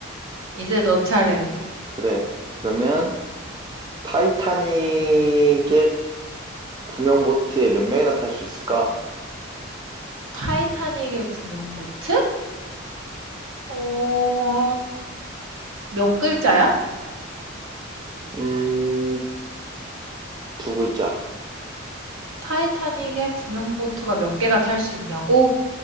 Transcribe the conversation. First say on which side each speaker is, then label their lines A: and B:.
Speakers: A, on the right; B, on the right.
A: 이제 너 차례.
B: 그래. 그러면, 타이타닉의 구명 보트에 몇 명이나 탈 수 있을까?
A: 타이타닉의 구명보트? 어, 몇 글자야?
B: 음, 두 글자.
A: 타이타닉에 구명보트가 몇 개가 탈 수 있냐고?